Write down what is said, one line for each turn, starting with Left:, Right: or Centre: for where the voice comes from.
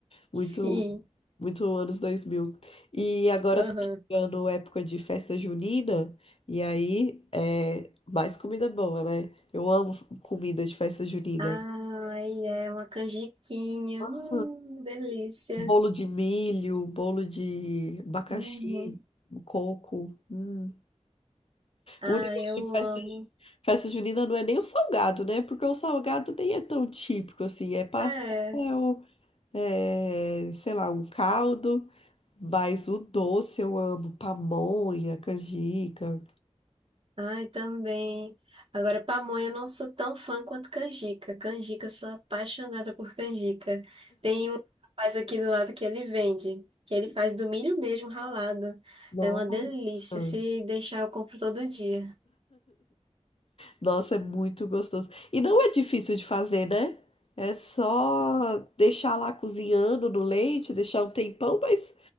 Left: Muito,
Right: Sim.
Left: muito anos dois mil E agora
Right: Aham.
Left: tá chegando a época de festa junina, e aí é mais comida boa, né? Eu amo comida de festa junina.
Right: Ai, é uma canjiquinha.
Left: Ah,
Right: Hum, delícia.
Left: bolo de milho, bolo de abacaxi,
Right: Uhum.
Left: coco. hum.
Right: Ah,
Left: O negócio
Right: eu
Left: de festa,
Right: amo.
Left: festa junina não é nem o salgado, né? Porque o salgado nem é tão típico assim. É pastel,
Right: É.
Left: é, sei lá, um caldo. Mas o doce eu amo. Pamonha, canjica.
Right: Ai, também. Agora, pamonha, eu não sou tão fã quanto canjica. Canjica, eu sou apaixonada por canjica. Tem um rapaz aqui do lado que ele vende, que ele faz do milho mesmo ralado.
Left: Nossa.
Right: É uma delícia. Se deixar, eu compro todo dia.
Left: Nossa, é muito gostoso. E não é difícil de fazer, né? É só deixar lá cozinhando no leite, deixar um tempão, mas